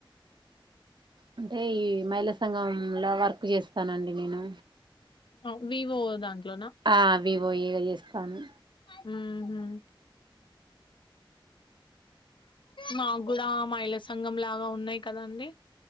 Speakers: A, on the right; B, on the left.
A: అంటే మహిళా సంఘం లో వర్క్ చేస్త స్తానండి నేను
B: ఆ వివో అ దాంట్లోన
A: ఆ వివో ఏ చేస్తాను
B: హ్మ్మ్ హ్మ్మ్ మా కూడా మాహీళా సంఘం లాగా ఉన్నాయి్ కదా అండి